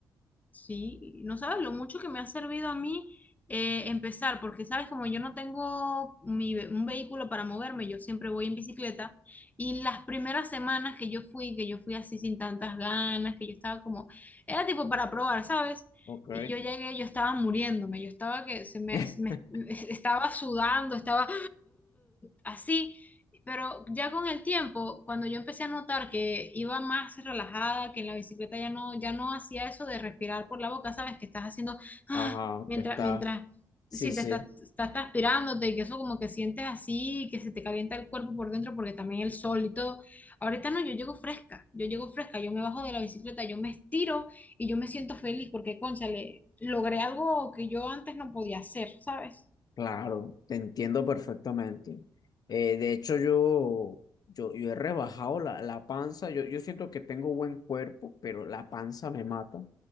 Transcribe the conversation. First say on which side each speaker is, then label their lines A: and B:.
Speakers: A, on the left; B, on the left.
A: Sí, no sabes lo mucho que me ha servido a mí eh, empezar, porque sabes, como yo no tengo mi ve- un vehículo para moverme, yo siempre voy en bicicleta y las primeras semanas que yo fui, que yo fui así sin tantas ganas, que yo estaba como, era tipo para probar, ¿sabes?
B: Ok.
A: Y yo llegué, yo estaba muriéndome, yo estaba que se me,
B: <laughs>
A: se me- <laughs> estaba sudando, estaba así, pero ya con el tiempo, cuando yo empecé a notar que iba más relajada, que en la bicicleta ya no, ya no hacía eso de respirar por la boca, sabes que estás haciendo, ah,
B: Ajá,
A: mientras,
B: que está.
A: mientras,
B: Sí,
A: sí,
B: sí.
A: te estás, estás transpirándote y que eso como que sientes así, que se te calienta el cuerpo por dentro porque también el sol y todo. Ahorita no, yo llego fresca, yo llego fresca, yo me bajo de la bicicleta, yo me estiro y yo me siento feliz porque, cónchale, logré algo que yo antes no podía hacer, ¿sabes?
B: Claro, te entiendo perfectamente. Eh, de hecho, yo, yo, yo he rebajado la, la panza. Yo, yo siento que tengo buen cuerpo, pero la panza me mata.